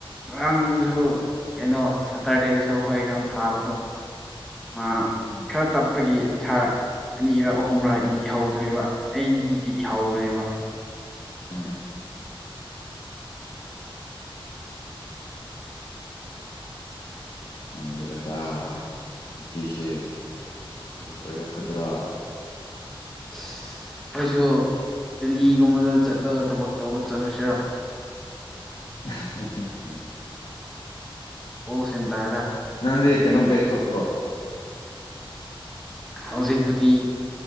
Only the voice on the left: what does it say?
ꯎꯝ
ꯎꯝ ꯎꯝ ꯈꯪꯗ꯭ꯔꯦꯗ ꯄꯨꯟꯁꯤꯁꯦ ꯀꯔꯤ ꯑꯣꯏꯔꯛꯀꯗ꯭ꯔꯥ
<unintelligible>
ꯅꯪꯗꯤ ꯀꯩꯅꯣ ꯕꯦꯛ ꯊꯣꯛꯇ꯭ꯔꯣ